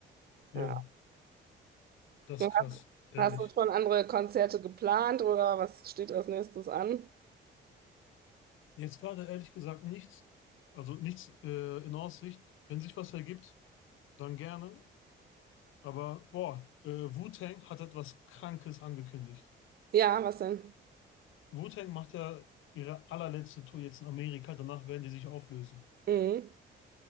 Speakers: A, on the left (about 85°); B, on the right (about 50°).
A: Ja,
B: ja.
A: das
B: Und
A: ist krass, ehrlich.
B: Hast du schon andere Konzerte geplant oder was steht als nächstes an?
A: Jetzt gerade ehrlich gesagt nichts, also nichts äh, in Aussicht. Wenn sich was ergibt, dann gerne. Aber boah, äh, Wu-Tang hat etwas Krankes angekündigt.
B: Ja, was denn?
A: Wu-Tang macht ja ihre allerletzte Tour jetzt in Amerika, danach werden die sich auflösen.
B: Mhm.